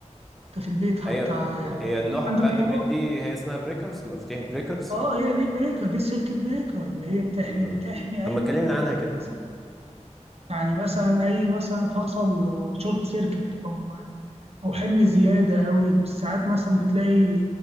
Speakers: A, on the right; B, in the centre.
A: حتى في البيت حتى
B: ايوه
A: يعني
B: هي اللوحة
A: عندك
B: بتاعت البيت
A: قواطع
B: دي هي اسمها بريكرز مفاتيح بريكرز
A: اه هي دي بريكر دي السيركت بريكر اللي هي بتحمي
B: امم
A: بتحمي
B: طب
A: اي
B: ما اتكلمنا عنها كده
A: مثلا يعني مثلا اي مثلا حصل شورت سيركت او او حمل زياده قوي مش ساعات مثلا بتلاقي